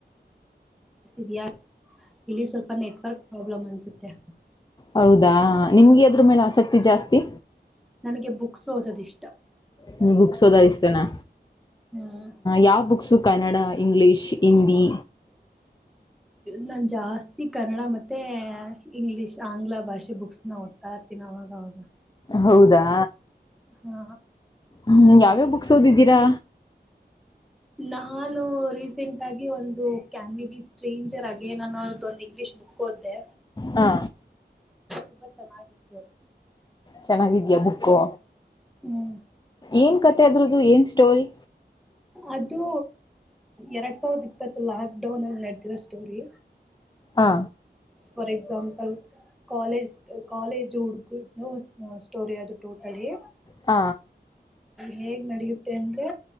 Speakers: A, in the centre; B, on the left (about 25°).
A: ಸ್ಥಿದ್ಯ ಇಲ್ಲಿ ಸ್ವಲ್ಪ ನೆಟ್ವರ್ಕ್ ಪ್ರಾಬ್ಲಮ್ ಅನ್ಸುತ್ತೆ.
B: ಹೌದಾ ನಿಮ್ಗೆ ಯಾವ್ದ್ರು ಮೇಲ್ ಆಸಕ್ತಿ ಜಾಸ್ತಿ.
A: ನನಗೆ ಬುಕ್ಸ್ ಓದದ ಇಷ್
B: ್ಮ ಬುಕ್ಸ್ ಸಓದ್ತನಾ
A: ಹ್ಮ್
B: ಯಾವ್ ಬುಕ್ಸ್ಕ್ ಕನಡಾ ಇಂಗ್ಲೀಷ್ ಹಿಂದಿ
A: ನಾನ್ ಜಾಸ್ತಿ ಕನ್ನಡ ಮತ್ತೆ ಇಂಗ್ಲಿೀಷ್ ಆಂಗ್ಲ ಭಾಷೆ ಬುಕ್ಸ್ ನ ಓದ್ತಾ ಇರ್ತೀನಿ ಅವಾಗವಾಗ
B: ಹೌದಾ
A: ಹಾ
B: ಹ್ಮ ಯಾವ್ಯಾವ ಬುಕ್ಸ್ ಓದಿದ್ದೀರಾ
A: ನಾನು ರಿ ಸೆಂಟ್ ಆಗಿ ಒಂದು ಕ್ಯಾನ್ಡಿ ಸ್ಟ್ರೇಂಜರ್ ಅಗೇನ್ ಅನ್ನೋದು ಒಂದು ಇಂಗ್ಲಿಷ್ ಬುಕ್ ಓದ್ದೆ
B: ಹಾ
A: ತುಂಬ ಚೆನ್ನಾಗಿತ್ತು ಅದು
B: ಚೆನ್ನಾಗಿದ್ಯಾ ಬುಕ್ಕು
A: ಹ್ಮ್
B: ಏನ್ ಕತೆೆ ಅದ್ರದು ಏನ್ ಸ್ಟೋರಿ
A: ಅದು ಎರಡ್ ಸಾವಿರದ ಇಪ್ಪತ್ತು ಲಾಕ್ ಡೌನ್ ಅಲ್ಲಿ ನಡೆತಿರೋ ಸ್ಟೋರಿ
B: ಹಾ
A: ಫಾರ್ ಎಕ್ಸಾಂಪಲ್ ಕಾಲೇಜ್ ಕಾಲೇಜ್ ಹುಡುಗರ ಸ್ಟೋರಿ ಅದು ಟೋಟಲಿ
B: ಹ
A: ಹೇಗ್ ನಡೆಯುತ್ತೆ ತಂದ್ರೆ